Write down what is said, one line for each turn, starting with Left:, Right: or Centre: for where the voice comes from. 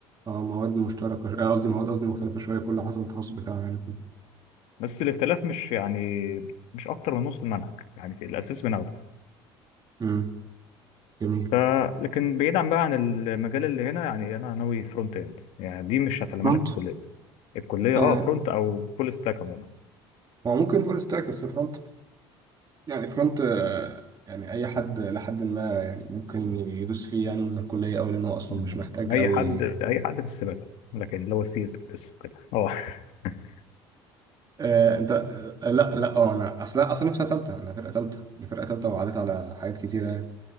Right: اه مواد مشتركة شو- آه، قصدي مواد قصدي مختلفة شوية كل حسب التخصص بتاعه يعني كده
Left: بس الاختلاف مش يعني مش أكتر من نص المنهج يعني في الأساس بناخده
Right: مم. جميل
Left: ف لكن بعيدا بقى عن المجال اللي هنا يعني أنا ناوي فرونت إند يعني دي مش هتعلمها
Right: فرونت
Left: لك في الكلية الكلية
Right: آه
Left: أه فرونت أو فول ستاك عموما
Right: هو ممكن فول ستاك بس فرونت يعني فرونت آه، يعني أي حد لحد ما يعني ممكن يدوس فيه يعني من الكلية أوي لأن هو أصلا
Left: يعني
Right: مش محتاج
Left: أي
Right: أوي
Left: حد أي حد في السباكة لكن اللي هو السي اس اس وكده أه <laughs>
Right: آه انت آه، لا لا اه انا اصلا اصلا في سنه ثالثه انا فرقه ثالثه انا فرقه ثالثه وعديت على حاجات كتيره يعني